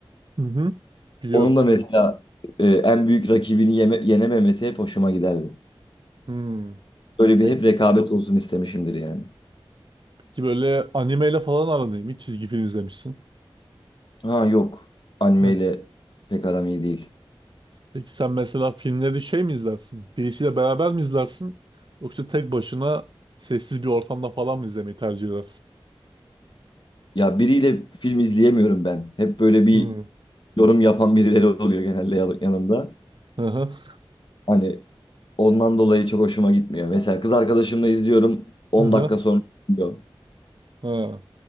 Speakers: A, on the right (about 55°); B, on the left (about 60°).
A: Hı hı. Biliyorum.
B: Onun da mesela e, en büyük rakibini yeme- yenememesi hep hoşuma giderdi.
A: Hmm.
B: Böyle bir
A: Peki,
B: hep rekabet olsun istemişimdir yani.
A: peki böyle animeyle falan aran iyi mi? Çizgi film izlemişsin.
B: Ha yok. Animeyle
A: Hani-
B: pek aram iyi değil.
A: Peki sen mesela filmleri şey mi izlersin? Birisiyle beraber mi izlersin? Yoksa tek başına sessiz bir ortamda falan mı izlemeyi tercih edersin?
B: Ya biriyle film izleyemiyorum ben. Hep böyle bir
A: Hı.
B: yorum yapan birileri oluyor genelde yan- yanımda.
A: Aha.
B: Hani ondan dolayı çok hoşuma gitmiyor. Mesela kız arkadaşımla izliyorum 10
A: Aha.
B: dakika sonra diyor.
A: Ha.